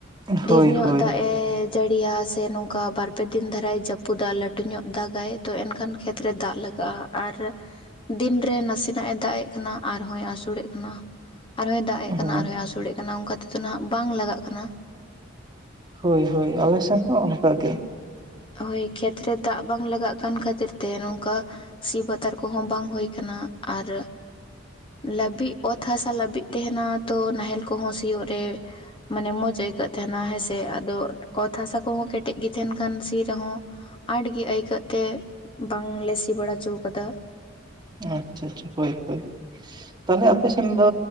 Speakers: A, on the right; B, on the left.
A: ᱦᱳᱭ
B: ᱰᱷᱤᱨ ᱧᱚᱜ
A: ᱦᱳᱭ
B: ᱫᱟᱜ ᱮᱼᱼ ᱡᱟᱹᱲᱤ ᱭᱟ ᱥᱮ ᱱᱚᱝᱠᱟ ᱵᱟᱨ ᱯᱮ ᱫᱤᱱ ᱫᱷᱟᱨᱟᱭ ᱡᱟᱹᱯᱩᱫᱟ ᱞᱟᱹᱴᱩ ᱧᱚᱜ ᱫᱟᱜᱟᱭ ᱛᱚ ᱮᱱᱠᱷᱟᱱ ᱠᱷᱮᱛ ᱨᱮ ᱫᱟᱜ ᱞᱟᱜᱟᱜ-ᱟ᱾ ᱟᱨ ᱫᱤᱱᱨᱮ ᱱᱟᱥᱮ ᱱᱟᱜ ᱮ ᱫᱟᱜ ᱮᱛᱼᱼ ᱠᱟᱱᱟ ᱟᱨ ᱦᱚᱸᱭ ᱟᱥᱩᱲᱮᱜ ᱠᱟᱱᱟ ᱟᱨ ᱦᱚᱸᱭ ᱫᱟᱜ ᱮᱜ ᱠᱟᱱᱟ
A: ᱦᱳᱭ
B: ᱟᱨ ᱦᱚᱸᱭ ᱟᱥᱤᱲᱮᱜ ᱼᱼ ᱠᱟᱱᱟ ᱚᱱᱠᱟ ᱛᱮᱫᱚ ᱱᱟᱦᱟᱸᱜ ᱵᱟᱝ ᱞᱟᱜᱟᱜ ᱠᱟᱱᱟ᱾
A: ᱦᱳᱭ ᱦᱳᱭ ᱟᱞᱮ ᱥᱮᱱ ᱦᱚᱸ ᱚᱱᱠᱟ ᱜᱮ᱾
B: ᱦᱚᱭ ᱠᱷᱮᱛ ᱨᱮ ᱫᱟᱜ ᱵᱟᱝ ᱞᱟᱜᱟᱜ ᱠᱟᱱ ᱠᱷᱟᱛᱤᱨ ᱛᱮ ᱱᱚᱝᱠᱟᱼᱼ ᱥᱤ ᱵᱟᱛᱟᱨ ᱠᱚᱦᱚᱸ ᱵᱟᱝ ᱦᱚᱭ ᱠᱟᱱᱟ ᱟᱨᱼᱼ ᱞᱟᱹᱵᱤᱜ ᱚᱛ ᱦᱟᱥᱟ ᱞᱟᱵᱤᱫ ᱛᱟᱦᱮᱸᱱᱟ ᱛᱚ ᱱᱟᱦᱮᱞ ᱠᱚᱦᱚᱸ ᱥᱤᱭᱳᱜ ᱨᱮᱼᱼ ᱢᱟᱱᱮ ᱢᱚᱸᱪ ᱟᱹᱭᱠᱟᱹᱜ ᱛᱮᱦᱮᱱᱟ ᱦᱮᱸ ᱥᱮ? ᱟᱫᱚ ᱚᱛ ᱦᱟᱥᱟ ᱠᱚᱦᱚᱸ ᱠᱮᱴᱮᱡ ᱜᱤ ᱛᱟᱸᱦᱮᱱ ᱠᱷᱟᱱ ᱥᱤ ᱨᱮᱦᱚᱸᱼᱼ ᱟᱸᱴ ᱜᱮ ᱟᱹᱭᱠᱟᱹᱜ ᱛᱮ ᱵᱟᱝ ᱞᱮ ᱥᱤ ᱵᱟᱲᱟ ᱪᱚ ᱠᱟᱫᱟ᱾
A: ᱟᱪᱪᱷᱟ-ᱟᱪᱷᱟ, ᱦᱳᱭ-ᱦᱳᱭ᱾᱾ ᱛᱟᱞᱦᱮ ᱟᱯᱮ ᱥᱮᱱ ᱫᱚ